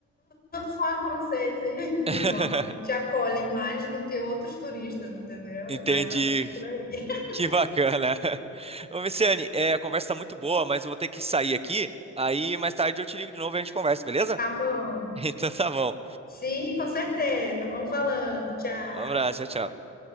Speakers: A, on the left; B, on the right.
A: quando for francês, eles
B: <laughs>
A: vão e te acolhem mais do que outros turistas, entendeu?
B: Entendi.
A: É mais ou menos por aí. <laughs>
B: Que bacana. <laughs> Ô, Messiane, é, a conversa tá muito boa, mas eu vou ter que sair aqui. Aí mais tarde eu te ligo de novo e a gente conversa, beleza?
A: Tá
B: <laughs>
A: bom.
B: Então tá bom.
A: Sim, com certeza. Vamos falando. Tchau.
B: Um abraço, tchau, tchau.